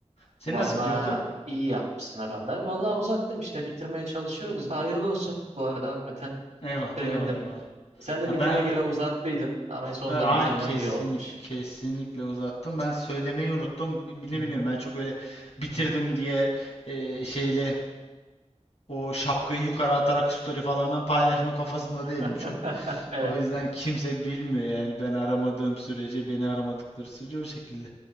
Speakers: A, on the left; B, on the right.
A: Senin
B: Vallahi
A: nasıl gidiyor okul?
B: iyi yapmışsın agam. Ben vallahi uzattım işte bitirmeye çalışıyoruz da hayırlı olsun. Bu arada hakikaten
A: Eyvallah,
B: sevindim.
A: eyvallah, eyvallah.
B: Sen de
A: Ya
B: bildiğime
A: ben
B: göre uzattıydın ama sonunda
A: Ha, ay-
B: bitirmen
A: kesinlikle
B: iyi olmuş.
A: kesinlikle uzattım. Ben söylemeyi unuttum. Bi- Bile
B: Hı hı.
A: biliyorum ben çok öyle bitirdim
B: Hı.
A: diye e, şeyle o şapkayı yukarı atarak story falan ben paylaşma kafasında
B: <laughs>
A: değilim çok.
B: Evet.
A: O yüzden kimse bilmiyor yani ben aramadığım sürece, beni aramadıkları sürece o şekilde.